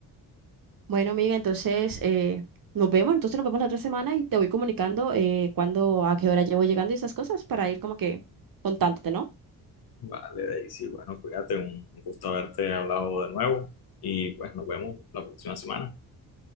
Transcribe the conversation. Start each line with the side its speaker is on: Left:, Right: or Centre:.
Right: Bueno, amiga, entonces eh, nos vemos. Entonces nos vemos la otra semana y te voy comunicando eh, cuándo, a qué hora llevo llegando y esas cosas para ir como que contándote, ¿no?
Left: Vale, Daisy, bueno, cuídate, un un gusto haberte hablado de nuevo y pues nos vemos la próxima semana.